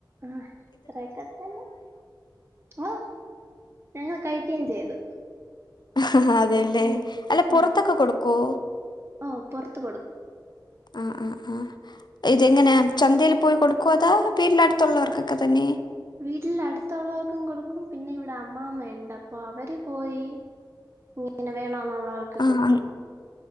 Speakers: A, on the right; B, on the left.
A: ആഹ അത്രക്കാതെന്നെ ആഹ ഞങ്ങൾ കഴിക്കുകയും ചെയ്തു
B: ആ അതെയല്ലേ
A: ഉം
B: അല്ല പുറത്തൊക്കെ
A: ആഹ്
B: കൊടുക്കോ
A: ഓഹ് പുറത്ത് കൊടുക്കും
B: ആ ആ ആ ഇതെങ്ങനെ ചന്തൽ പോയി കൊടുക്കോ അതാ വീട്ടിലടുത്തുള്ളവർക്കൊക്കെ തന്നെ
A: വീട്ടിൽ അടുത്തുള്ളവർക്കും കൊടുക്കും പിന്നെ ഇവിടെ അമ്മാമ്മ ഉണ്ട് അപ്പൊ അവര് പോയി
B: <inaudible>
A: പിന്നെ വേണോ എന്നുള്ളവർക്ക്
B: ആഹ്
A: കൊടുക്കും